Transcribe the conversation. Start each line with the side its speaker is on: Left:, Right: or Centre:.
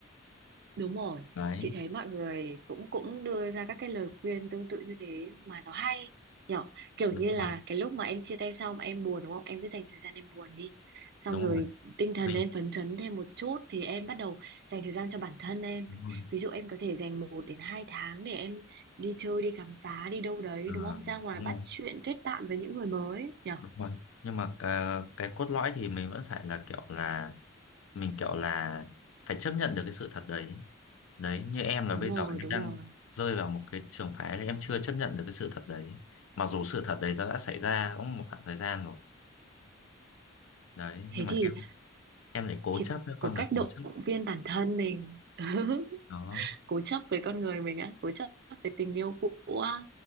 Right: Đúng rồi,
Left: đấy
Right: chị thấy mọi người cũng cũng đưa ra các cái lời khuyên tương tự như thế mà nó hay nhỏ kiểu
Left: đúng
Right: như
Left: rồi
Right: là cái lúc mà em chia tay xong em buồn đúng không em cứ dành thời gian em buồn đi xong
Left: đúng
Right: rồi
Left: rồi
Right: tinh thần
Left: mình
Right: em phấn chấn thêm một chút thì em bắt đầu dành thời gian cho bản thân em
Left: đúng rồi
Right: ví dụ em có thể dành một đến hai tháng để em đi chơi đi khám phá đi đâu đấy
Left: Ờ,
Right: đúng không ra ngoài
Left: đúng
Right: bắt
Left: rồi
Right: chuyện kết bạn với những người mới nhở
Left: đúng rồi nhưng mà cái, cái cốt lõi thì mình vẫn phải là kiểu là mình kiểu là phải chấp nhận được cái sự thật đấy đấy như em là
Right: đúng
Left: bây
Right: rồi
Left: giờ em
Right: đúng
Left: đang
Right: rồi
Left: rơi vào một cái trường phái là em chưa chấp nhận được cái sự thật đấy mặc dù sự thật đấy nó đã xảy ra cũng một khoảng thời gian rồi đấy
Right: thế
Left: nhưng mà
Right: thì
Left: em em lại cố
Right: chỉ
Left: chấp đấy
Right: có
Left: con người
Right: cách động
Left: cố chấp
Right: viên bản thân mình <laughs>
Left: đó
Right: cố chấp với con người mình á cố chấp với tình yêu cũ á